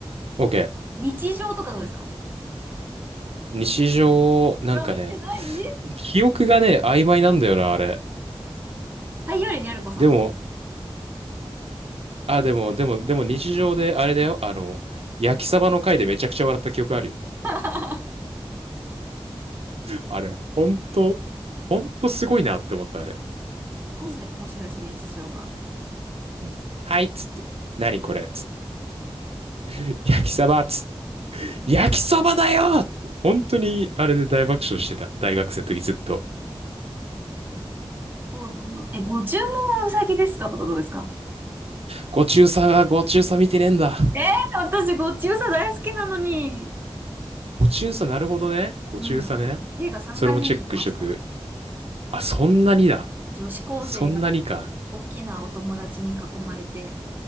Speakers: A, on the right; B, on the right.
A: OK。
B: 日常とかどうですか
A: 日常、なんかね、
B: うわ、見てない
A: 記憶がね、曖昧なんだよな、あれ。
B: はい、よりにあるこさんとか。
A: でも、あ、でも、でも、でも日常であれだよ。あの、焼きサバの回でめちゃくちゃ笑った記憶あるよ。
B: <laughs>
A: あれ、ほんと、ほんとすごいなって思った、あれ。
B: マジで面白いですね、日常は。
A: うんはい、っつって。何これっつって。焼きそばっつって。焼きそばだよって、本当に、あれで大爆笑してた。大学生の時ずっと。
B: そうだな。え、ご注文はうさぎですかとかどうですか
A: ご中佐が、ご中佐見てねえんだ。
B: えー、私、ご注射大好きなのに。
A: ご中佐、なるほどね。ご中佐ね。
B: うん。映画3回見に行きました。
A: それもチェックしとく。あ、そんなにだ。
B: 女子高生が
A: そんなにか。
B: 大きなお友達に囲まれて